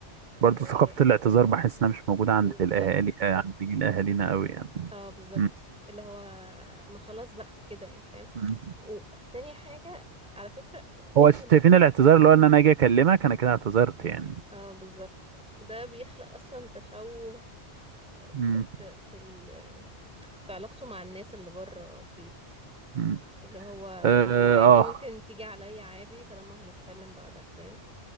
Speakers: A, in the centre; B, on the right (about 50°).
A: إيه،
B: برضه ثقافة الاعتذار بحس انها مش موجودة عند
A: بالظبط
B: الاهالي آه، عند جيل اهالينا قوي يعني
A: اه بالظبط
B: م.
A: اللي هو ما خلاص بقى كده يعني فاهم
B: امم
A: وتاني حاجة على فكرة
B: هو
A: احنا لما
B: شايفين الاعتذار اللي هو ان انا اجي اكلمك انا كده اعتذرت يعني
A: اه بالظبط وده بيخلق اصلا تشوه في
B: مم.
A: في في, ال... في علاقته مع الناس اللي بره البيت
B: مم.
A: اللي هو
B: اه
A: عادي
B: اه
A: ممكن تيجي عليا عادي طالما هنتكلم بعدها فاهم